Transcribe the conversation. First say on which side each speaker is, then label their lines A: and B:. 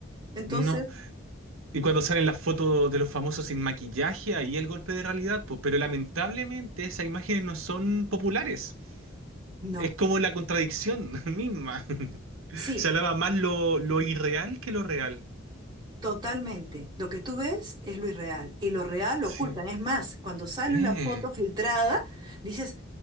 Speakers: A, on the right (about 20°); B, on the right (about 85°).
A: Entonces,
B: No, y cuando salen las fotos de los famosos sin maquillaje, ahí el golpe de realidad, po, pero lamentablemente esas imágenes no son populares.
A: no.
B: Es como la contradicción <laughs> misma.
A: Sí,
B: Se alaba más lo, lo irreal que lo real.
A: Totalmente. Lo que tú ves es lo irreal y lo real lo
B: Sí.
A: ocultan. Es más, cuando sale
B: Eh,
A: una foto filtrada, dices,